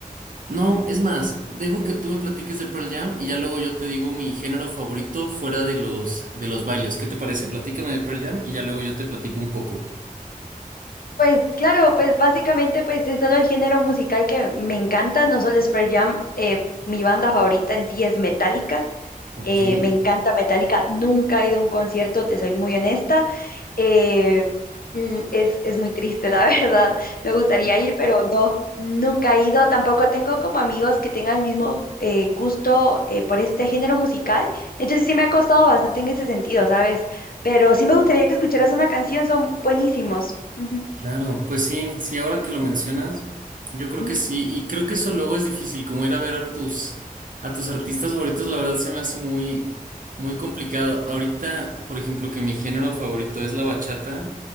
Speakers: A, on the right (about 60°); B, on the left (about 75°).
A: No, es más, dejo que tú me platiques de Pearl Jam y ya luego yo te digo mi género favorito fuera de los de los bailes. ¿Qué te parece? Platícame de Pearl Jam y ya luego yo te platico un poco.
B: Pues claro, pues básicamente pues es solo el género musical que me encanta, no solo es Pearl Jam, eh, mi banda favorita en sí es Metallica,
A: Ok.
B: Eh, me encanta Metallica, nunca he ido a un concierto, te soy muy honesta. Eh, mm, es, es muy triste, la <laughs> verdad. Me gustaría ir, pero no, nunca he ido. Tampoco tengo como amigos que tengan el mismo eh, gusto eh, por este género musical. Entonces sí me ha costado bastante en ese sentido, ¿sabes? Pero sí me gustaría que escucharas una canción, son buenísimos. Ujú,
A: Claro, pues sí, sí, ahora que lo mencionas, yo creo
B: ujú,
A: que sí, y creo que eso luego es difícil, como ir a ver a tus, a tus artistas favoritos, la verdad se me hace muy, muy complicado. Ahorita, por ejemplo, que mi género favorito es la bachata,